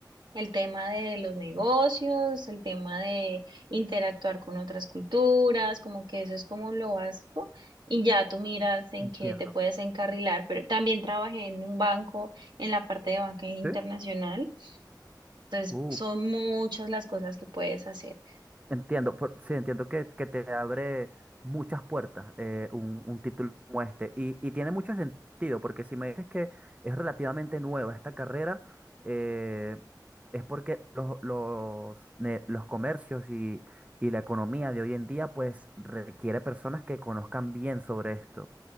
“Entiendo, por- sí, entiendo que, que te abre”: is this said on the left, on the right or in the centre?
Right